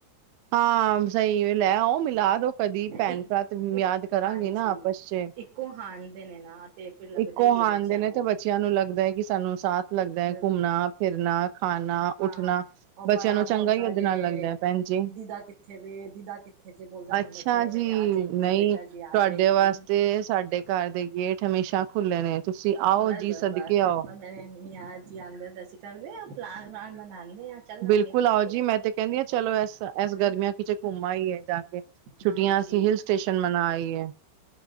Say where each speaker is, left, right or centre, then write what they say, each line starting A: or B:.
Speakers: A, on the right; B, on the right.
A: ਹਾਂ ਸਹੀ ਲੈ ਉਹ ਲੈ ਆਓ ਮਿਲਾ ਦੋ ਕਦੀ ਭੈਣ-ਭਰਾ
B: ਇੱਕ
A: ਤੇ
B: ਇੱਕ
A: ਯਾਦ ਕਰਾਂਗੇ
B: ਹਾਂਜੀ
A: ਨਾ ਆਪਸ ਚ।
B: ਇੱਕੋ ਹਾਣ ਦੇ ਨੇ ਨਾ। ਤੇ ਫਿਰ ਲੱਗਦਾ
A: ਇੱਕੋ
B: ਹੀ
A: ਹਾਣ
B: ਹੈ ਬੱਚਿਆਂ
A: ਦੇ ਨੇ ਤੇ ਬੱਚਿਆਂ ਨੂੰ ਲੱਗਦਾ ਹੈ ਕਿ ਸਾਨੂੰ ਸਾਥ ਲੱਗਦਾ ਹੈ
B: ਬਿਲਕੁਲ
A: ਘੁੰਮਣਾ ਫਿਰਨਾ। ਖਾਣਾ, ਉੱਠਣਾ
B: ਹਾਂ ਉਹ
A: ਬੱਚਿਆਂ
B: ਬੜਾ
A: ਨੂੰ ਚੰਗਾ
B: ਬੋਲਦਾ
A: ਹੀ ਉਹਦੇ
B: ਜੇ
A: ਨਾਲ ਲੱਗਦਾ ਹੈ ਭੈਣ ਜੀ।
B: ਦੀਦਾ ਕਿੱਥੇ ਵੇ ਦੀਦਾ ਕਿੱਥੇ ਜੇ ਬੋਲਦਾ ਰਹਿੰਦਾ
A: ਅੱਛਾ
B: ਜੇ ਮੈਂ
A: ਜੀ
B: ਕਿਹਾ ਆ ਜਾਏਗੀ ਜੀ
A: ਨਹੀਂ
B: ਬੇਟਾ
A: ਤੁਹਾਡੇ
B: ਜੀ ਆ ਜਾਏਗੀ
A: ਵਾਸਤੇ ਸਾਡੇ ਘਰ ਦੇ ਗੇਟ ਹਮੇਸ਼ਾ ਖੁੱਲੇ ਨੇ ਤੁਸੀਂ
B: ਬਸ
A: ਆਓ ਜੀ
B: ਬਸ
A: ਸਦਕੇ
B: ਬਸ
A: ਆਓ।
B: ਮੇਰੇ ਮੀਆਂ ਜੀ ਆਂਦੇ ਨੇ ਅਸੀ ਕਰਦੇ ਆ ਪਲਾਨ ਪਾਨ ਬਣਾਉਂਦੇ ਆ। ਚੱਲਾਂਗੇ
A: ਬਿਲਕੁਲ
B: ਕਿੱਥੇ
A: ਆਓ ਜੀ ਮੈਂ ਤੇ ਕਹਿੰਦੀ ਹਾਂ ਚਲੋ ਇਸ ਗਰਮੀਆਂ ਕਿਤੇ ਘੁੰਮ ਆਈਏ। ਜਾ ਕੇ, ਛੁੱਟੀਆਂ
B: ਹਾਂਜੀ
A: ਅਸੀਂ ਹਿਲ ਸਟੇਸ਼ਨ ਮਨਾ ਆਈਏ।